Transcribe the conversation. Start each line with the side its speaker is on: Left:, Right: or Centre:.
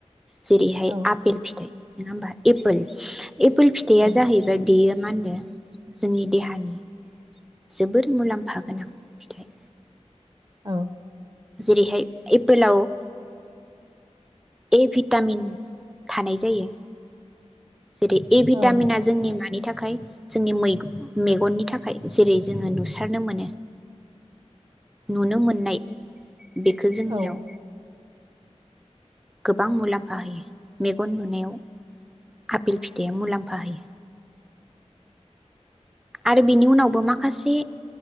Centre: जेरैहाय
Right: औ
Centre: आफेल फिथाइ नोङा होमबा एपल एपोल फिथाइया
Right: औ
Centre: जाहैबाय बेयो मा होनदो जोंनि देहानि जोबोर मुलाम्फा गोनां फिथाइ।
Right: औ
Centre: जेरैहाय एपोलाव ए भिटामिन थानाय जायो। जेरै ए भिटामिना
Right: औ
Centre: जोंनि मानि थाखाय जोंनि मैग मेगननि थाखाय जेरै जोङो नुसारनो मोनो नुनो मोननाय बेखो जोंनियाव
Right: औ
Centre: गोबां मुलाम्फा होयो मेगन नुनायाव आफेल फिथाइया मुलाम्फा होयो। आरो बेनि उनावबो माखासे